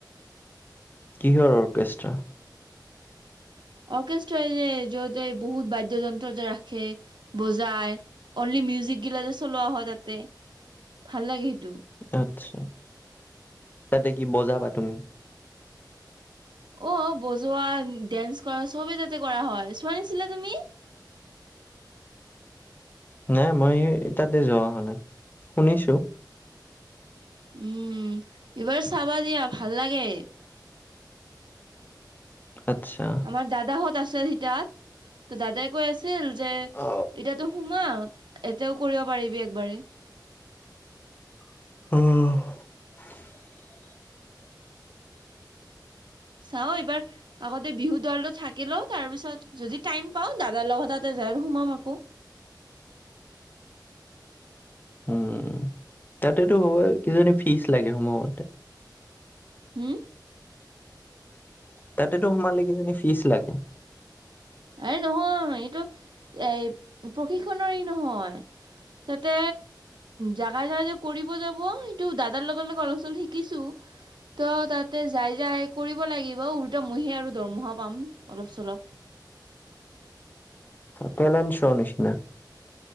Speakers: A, on the left (about 25°); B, on the right (about 80°).
A: কিহৰ অৰ্কেষ্ট্ৰা
B: অৰ্কেষ্ট্ৰাই যে য'ত বহুত বাদ্য যন্ত্ৰ যে ৰাখে বজাই, অনলি মিউজিক গিলা যে চলোৱা হয় তাতে, ভাল লাগে সেইটো।
A: আচ্ছা। তাতে কি বজাবা তুমি।
B: অ' বজোৱা, ডেন্স কৰা চবে তাতে কৰা হয়, চোৱা নিছিলা তুমি।
A: নাই মই তাতে যোৱা হোৱা নাই শুনিছো।
B: উম, এইবাৰ চাবা দিয়া ভাল লাগে।
A: আচ্ছা
B: আমাৰ দাদাহত আছে সি তাত ত দাদাই কৈ আছে। ছিল যে এতিয়াতো
A: অ
B: সোমা এতিয়াও কৰিব পাৰিবি একবাৰে।
A: অ'।
B: চাও, এইবাৰ আগতে বিহু দলটো থাকি লও, তাৰ পিছত যদি টাইম পাও দাদাৰ লগত তাতে যায় আৰু সোমাম আকৌ।
A: উম, তাতেতো হ'ব কিজনী ফিজ লাগে সোমাওতে।
B: হম।
A: তাতেতো সোমালে কিজানি ফিচ লাগে।
B: এই নহয়, এইটো এ প্ৰশিক্ষনৰৰ নহয়, তাতে জাগা- জাগাই যে কৰিব যাব, সেটো দাদাৰ লগে লগে অলপ চলপ শিকিছো ত' তাতে যাই-যাই কৰিব লাগিব উলোটা মইহে আৰু দৰমহা পাম অলপ- চলপ।
A: টেলেণ্ট শ্ব' নিচিনা।